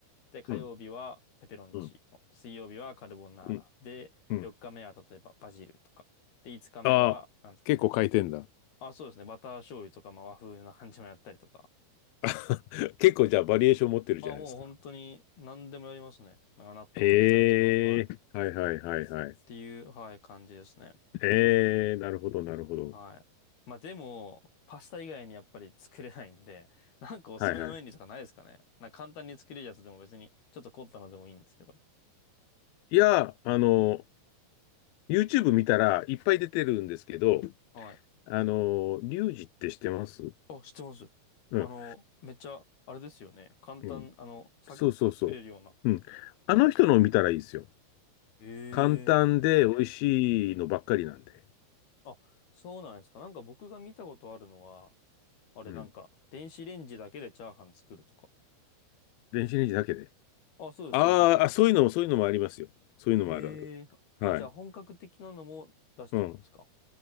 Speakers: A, on the left; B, on the left.
A: で、火曜日はペペロンチーノ。
B: うん。うん。
A: 水曜日はカルボナーラ。
B: うん。
A: で、
B: うん。
A: 4日目は例えばバジルとか。で、5日目は、
B: ああ、
A: なんですかね。
B: 結構変えてんだ。
A: あ、そうですね。バター醤油とか、まあ、和風な感じもやったりとか。
B: <laughs> 結構じゃあバリエーション持ってるじゃないですか。
A: あ、もう本当に何でもやりますね。まあ納豆を入れたりとか。
B: ええはいはいはいはい。
A: はい。っていう、はい、感じですね。
B: ええなるほどなるほど。
A: はい。まあでも、パスタ以外にやっぱり作れないんで、<laughs> なんかおすすめのメニューとかないですかね。
B: はいはい。
A: なんか簡単に作れるやつでも別に、ちょっと凝ったのでもいいんですけど。
B: いや、あの、YouTube 見たらいっぱい出てるんですけど、
A: はい。
B: あの、リュウジって知ってます
A: あ、知ってます。
B: うん。
A: あの、めっちゃ、あれですよね。簡単、
B: うん。
A: あの、サクッと作れるような。
B: そうそうそう。うん。あの人のを見たらいいですよ。
A: え
B: 簡単で美味しいのばっかりなんで。
A: え。あ、そうなんですか。なんか僕が見たことあるのは、あれなんか、
B: うん。
A: 電子レンジだけでチャーハン作るとか。
B: 電子レンジだけで。
A: あ、そうです、
B: あーあ、
A: そうです。
B: そういうのも、そういうのもありますよ。そういうのもあるある。
A: ええ。
B: はい。
A: あ、じゃあ本格的なのも出してるんですか。
B: うん。